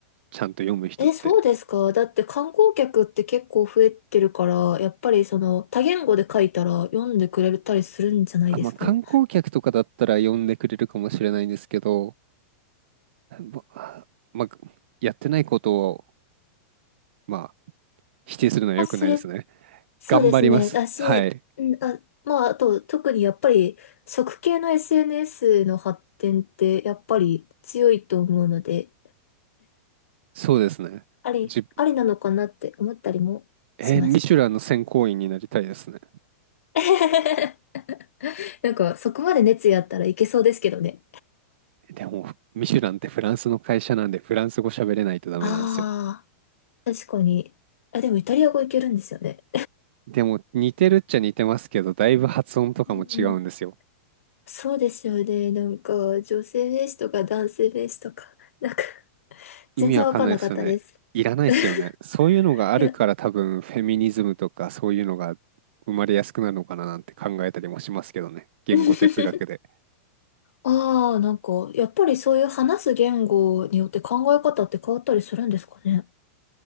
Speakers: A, on the right; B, on the left.
A: ちゃんと読む人って。
B: え、そうですか。だって観光客って結構増えてるから、やっぱりその多言語で書いたら読んでくれたりするんじゃないですか。
A: あ、まあ、観光客とかだったら読んでくれるかもしれないんですけど、ままあ、やってないことを、まあ、否定するのは良くないですね。
B: あ、それ、そうですね。
A: 頑張ります。
B: だし、
A: はい。
B: んあ、まあ、あと特にやっぱり食系の SNS の発展ってやっぱり強いと思うので、
A: そうですね。
B: あり、
A: じ、
B: ありなのかなって思ったりもします。
A: えーミシュランの選考員になりたいですね。
B: <laughs> なんかそこまで熱意あったらいけそうですけどね。
A: でも、ミシュランってフランスの会社なんで、フランス語喋れないとダメなんですよ。
B: ああ、確かに。あ、でもイタリア語いけるんですよね。
A: でも、似てるっちゃ似てますけど、だいぶ発音とかも違うんですよ。
B: うんそうですよね。なんか、女性名詞とか男性名詞とか、<laughs> なんか、
A: 意味わかんないですよね。
B: 全然わかんなかったです。
A: いらないですよね。
B: <laughs>
A: そういうのがあるから多分、
B: いや
A: フェミニズムとかそういうのが生まれやすくなるのかななんて考えたりもしますけどね。言語哲学で。
B: <laughs> ああ、なんか、やっぱりそういう話す言語によって考え方って変わったりするんですかね。